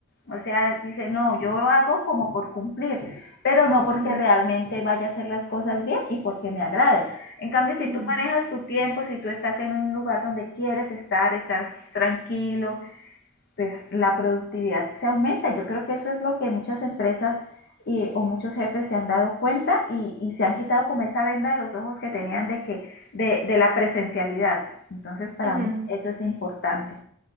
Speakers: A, on the left; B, on the right.
A: o sea, dice, no, yo lo hago como por cumplir, pero no porque
B: ujú,
A: realmente vaya a hacer las cosas bien y porque me agrade. En cambio, si
B: ujú,
A: tú manejas tu tiempo, si tú estás en un lugar donde quieres estar, estar tranquilo, pues la productividad se aumenta. Yo creo que eso es lo que muchas empresas y, o muchos jefes se han dado cuenta y, y, se han quitado como esa venda de los ojos que tenían de que de, de la presencialidad. Entonces para
B: ujú.
A: mí eso es importante.